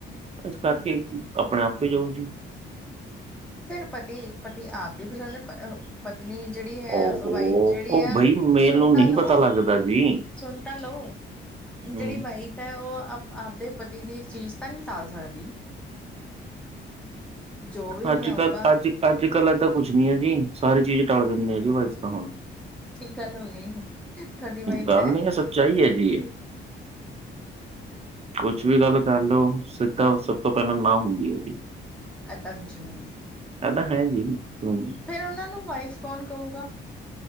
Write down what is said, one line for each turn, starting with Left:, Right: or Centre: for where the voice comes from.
Right: ਇਸ ਕਰਕੇ ਆਪਣੇ ਆਪੇ ਜੁੜ ਜੂ
Centre: ਫਿਰ ਪਤੀ -ਪਤੀ ਆਪਦੀ ਪਸੰਦ ਹੈ ਪਤਨੀ ਜਿਹੜੀ ਹੈ
Right: ਓਹੋ
Centre: ਵਾਈਫ ਜਿਹੜੀ
Right: ਉਹ
Centre: ਹੈ
Right: ਬਈ ਮੇਲ
Centre: ਸੁਣ
Right: ਨੂੰ
Centre: ਤਾਂ
Right: ਨਹੀਂ
Centre: ਲਓ,
Right: ਪਤਾ ਲੱਗਦਾ ਜੀ
Centre: ਸੁਣ ਤਾਂ ਲਓ ਜਿਹੜੀ
Right: ਹੂੰ।
Centre: ਵਾਈਫ ਫਿਰ ਉਹ ਆਪਦੇ ਪਤੀ ਦੀ ਚੀਜ਼ ਤਾਂ ਨਹੀਂ ਟਾਲ ਸਕਦੀ ਜੋ ਵੀ ਲਿਆਊਗਾ
Right: ਅੱਜ ਕੱਲ ਅੱਜ -ਅੱਜ ਕੱਲ ਏਦਾਂ ਕੁੱਛ ਹੈ ਜੀ, ਸਾਰੇ ਚੀਜ਼ ਟਾਲ ਦਿੰਦੇ ਆ ਜੀ ਵਾਪਸ ਤਾਂ ਹੁਣ
Centre: ਕੀ ਗੱਲ ਹੋ ਗਈ ਤੁਹਾਡੀ ਵਾਈਫ
Right: ਗੱਲ ਨੀ ਹੈ ਸੱਚਾਈ ਹੈ ਜੀ, ਕੁਛ ਵੀ ਗੱਲ ਕਰ ਲਓ, ਸਿੱਧਾ ਸਭ ਤੋਂ ਪਹਿਲਾਂ ਨਾ ਹੁੰਦੀ ਹੈਗੀ ਜੀ
Centre: ਏਦਾ ਕੁਛ ਨਹੀਂ
Right: ਐਦਾ ਹੈ ਨੀ ਸੁਣੀ
Centre: ਫੇਰ ਉਹਨਾਂ ਨੂੰ ਵਾਈਫ ਕੌਣ ਕਹੂਗਾ